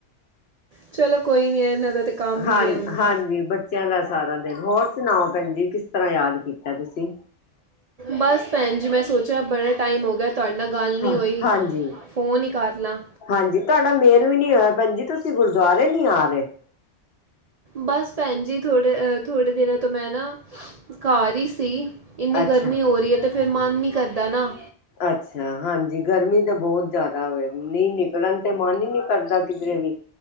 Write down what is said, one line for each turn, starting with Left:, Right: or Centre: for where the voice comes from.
Right: ਚਲੋ ਕੋਈ ਨੀ, ਇਹਨਾਂ ਦਾ ਤੇ ਕੰਮ
Left: ਹਾਂ,
Right: ਹੀ ਹੈ ਹੁਣ
Left: ਹਾਂਜੀ ਬੱਚਿਆਂ ਦਾ ਸਾਰਾ ਦਿਨ, ਹੋਰ ਸੁਣਾਓ ਭੈਣ ਜੀ, ਕਿਸ ਤਰ੍ਹਾਂ ਯਾਦ ਕੀਤਾ ਤੁਸੀਂ?
Right: ਬਸ ਭੈਣ ਜੀ, ਮੈਂ ਸੋਚਿਆ ਬੜਾ ਟਾਈਮ ਹੋ ਗਿਆ ਤੁਹਾਡੇ ਨਾਲ ਗੱਲ ਨਹੀਂ
Left: ਹਾਂ
Right: ਹੋਈ,
Left: ਹਾਂਜੀ
Right: ਫੋਨ ਹੀ ਕਰ ਲਾਂ।
Left: ਹਾਂਜੀ, ਤੁਹਾਡਾ ਮੇਲ ਵੀ ਨਹੀਂ ਹੋਇਆ ਭੈਣ ਜੀ, ਤੁਸੀਂ ਗੁਰਦੁਆਰੇ ਨੀ ਆ ਰਹੇ?
Right: ਬਸ ਭੈਣ ਜੀ, ਥੋੜੇ ਅ ਥੋੜੇ ਦਿਨਾਂ ਤੋਂ ਮੈਂ ਨਾ ਘਰ ਹੀ ਸੀ, ਇੰਨੀ
Left: ਅੱਛਾ
Right: ਗਰਮੀ ਹੋ ਰਹੀ ਏ ਤੇ ਫਿਰ ਮਨ ਨਹੀਂ ਕਰਦਾ ਨਾ।
Left: ਅੱਛਾ, ਹਾਂਜੀ, ਗਰਮੀ ਤੇ ਬਹੁਤ ਜ਼ਿਆਦਾ ਵੇ ਨੀਂ ਨਿਕਲਣ ਤੇ ਮਨ ਹੀ ਨਹੀਂ ਕਰਦਾ। ਕਿਧਰੇ ਵੀ